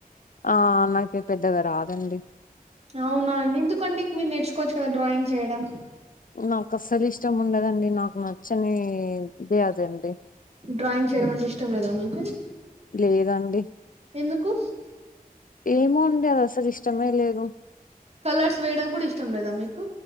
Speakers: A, on the left; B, on the right.
A: ఆ నాకి పెద్దగా రాదండి
B: అవునా అండి ఎందుకండి మీరు నేర్చుకోవచ్చు కదా డ్రాయింగ్ చేయడం
A: నాకు అస్సలు ఇష్టం ఉండదండి నాకు నచ్చనిదే అదండి
B: డ్రాయింగ్ చేయడం అంటే ఇష్టం లేదా మీకు
A: లేదండి
B: ఎందుకు
A: ఏమో అండి అది అసలు ఇష్టమే లేదు
B: కలర్స్ వేయడం కూడా ఇష్టం లేదా మీకు